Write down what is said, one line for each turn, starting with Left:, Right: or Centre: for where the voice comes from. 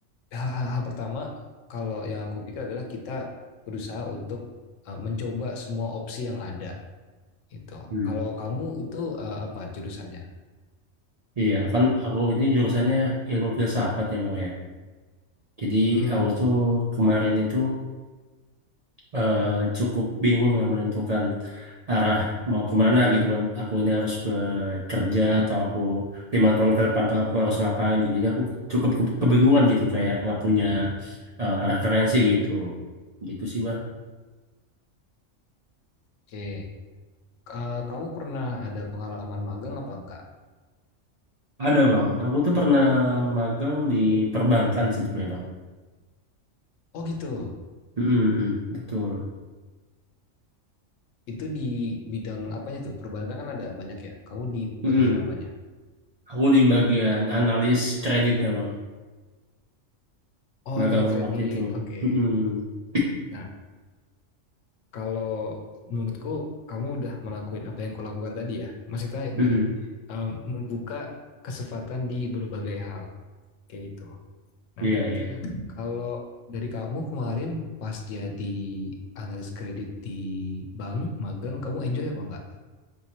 Left: hal, hal- pertama kalau yang aku pikir adalah kita berusaha untuk eh, mencoba semua opsi yang ada gitu.
Right: Hmm.
Left: Kalau kamu itu eh, apa jurusannya?
Right: Iya, kan aku ini jurusannya ilmu filsafat ya Bang ya. Jadi
Left: Hmm,
Right: aku tuh kemarin itu eh, cukup bingung lah menentukan arah mau kemana gitu kan. Aku ini harus bekerja atau aku lima tahun ke depan tuh aku harus ngapain. gitu. Jadi aku cukup ke- kebingungan gitu kayak nggak punya eh, referensi gitu. Gitu sih bang.
Left: oke. Eh, kamu pernah ada pengalaman magang apa enggak?
Right: Ada bang. Aku tuh pernah magang di perbankan sebetulnya bang.
Left: Oh gitu.
Right: Mm, mm, mm, betul.
Left: Itu di bidang apanya tuh? Perbankan kan ada banyak ya. Kamu di
Right: Mm,
Left: bagian
Right: mm.
Left: apanya?
Right: Aku di bagian analis kreditnya bang.
Left: Oh,
Right: Magangnya
Left: analis kredit.
Right: waktu itu.
Left: Oke. Okay.
Right: Mm, mm.
Left: Nah, kalau menurutku kamu udah melakukan apa yang kulakukan tadi ya. Maksudnya gini,
Right: Mm, mm. <clears throat>
Left: eh, membuka kesempatan di berbagai hal. kayak gitu. Nah,
Right: Iya, iya.
Left: kalau dari kamu kemarin pas jadi analis kredit di bank magang, kamu enjoy apa enggak?